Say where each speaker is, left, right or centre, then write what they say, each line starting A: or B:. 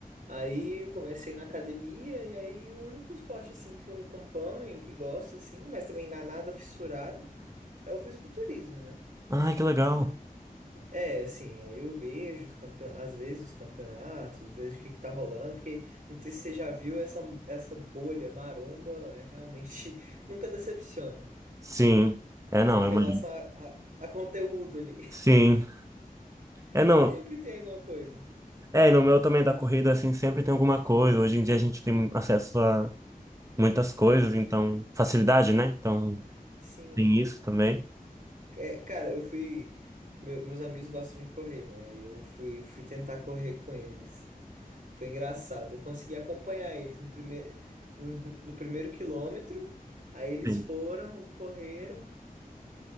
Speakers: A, on the right; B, on the right.
A: Aí eu comecei na academia e aí o único esporte, assim, que eu acompanho, que gosto, assim, mas também não é nada fissurado, é o fisiculturismo, né?
B: Ai, que legal.
A: É, assim, aí eu vejo os campeon... às vezes os campeonatos, vejo o que que tá rolando, porque não sei se você já viu essa, essa bolha maromba, é realmente <laughs> nunca decepciona
B: Sim. É, não,
A: em
B: é
A: relação
B: uma...
A: a, a, a conteúdo ali.
B: Sim.
A: <laughs>
B: É, não.
A: Sempre tem alguma coisa.
B: É, e no meu também da corrida, assim, sempre tem alguma coisa. Hoje em dia a gente tem acesso a muitas coisas, então, facilidade, né? Então,
A: Sim.
B: tem isso também.
A: É, cara, eu fui. meu- meus amigos gostam de correr, né? Aí Eu fui, fui tentar correr com eles. Foi engraçado. Eu consegui acompanhar eles no primeiro, no no primeiro quilômetro. Aí eles
B: Sim.
A: foram, correram.